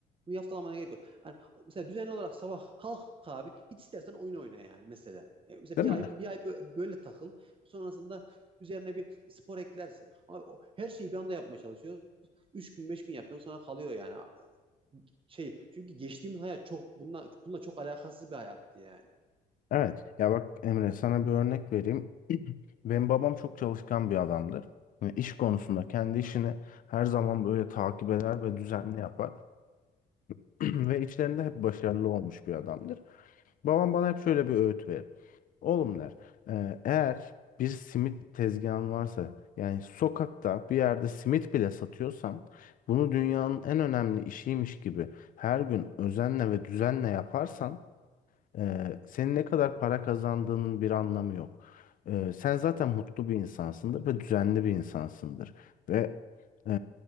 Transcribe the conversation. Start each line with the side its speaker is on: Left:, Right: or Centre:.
Right: bunu yaftalamana gerek yok. Yani mesela düzenli olarak sabah kalk abi git istersen oyun oyna yani mesela. E, Mesela
Left: Değil
Right: bir
Left: mi?
Right: ay bir ay bö- böyle takıl. Sonrasında üzerine bir spor eklersin. Ama o- her şeyi bir anda yapmaya çalışıyoruz. Üç gün beş gün yapıyorsun sonra kalıyor yani. Şey çünkü geçtiğimiz hayat çok bununla, bununla çok alakasız bir hayattı yani.
Left: Evet ya bak Emre sana bir örnek vereyim. <clears throat> Benim babam çok çalışkan bir adamdır. Yani iş konusunda kendi işini her zaman böyle takip eder ve düzenli yapar. <clears throat> Ve işlerinde hep başarılı olmuş bir adamdır. Babam bana hep şöyle bir öğüt verir. Oğlum der, "e, eğer bir simit tezgahın varsa yani sokakta bir yerde simit bile satıyorsan bunu dünyanın en önemli işiymiş gibi her gün özenle ve düzenle yaparsan ee, senin ne kadar para kazandığının bir anlamı yok. Ee, sen zaten mutlu bir insansındır ve düzenli bir insansındır. Ve e,